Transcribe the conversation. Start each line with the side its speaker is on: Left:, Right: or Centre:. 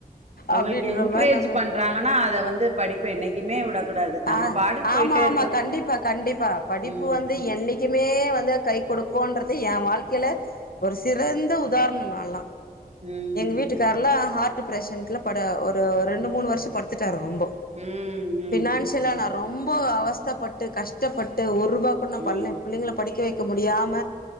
Right: உங்களுக்கு
Left: அப்டின்ற
Right: என்கரேஜ்
Left: மாரி நம்ம
Right: பண்றாங்கன்னா அத வந்து படிப்பு என்னைக்குமே விடக்கூடாது நம்ம
Left: ஆஹ்
Right: பாட்டுக்கு போயிட்டே
Left: ஆமா ஆமா
Right: இருக்கணு
Left: கண்டிப்பா கண்டிப்பா படிப்பு
Right: ம்
Left: வந்து என்னைக்குமே வந்து கை கொடுக் போன்றது ஏன் வாழ்க்கையில ஒரு சிறந்த உதாரணோ நான்லா
Right: ம்
Left: எங்க வீட்டுக்காரலெல்லாம் <unintelligible> படு ஒரு ரெண்டு மூணு வருஷ படுத்துட்டாரு ரொம் ப்போ
Right: ம் ம்
Left: ஃபினான்ஷியலா நெர் ரொம்ப அவஸ்தப்பட்டு கஷ்டப்பட்டு ஒரு ரூபா குடு நா பள்ளி
Right: ம்
Left: பிள்ளைங்கள படிக்க வைக் க்க முடியாம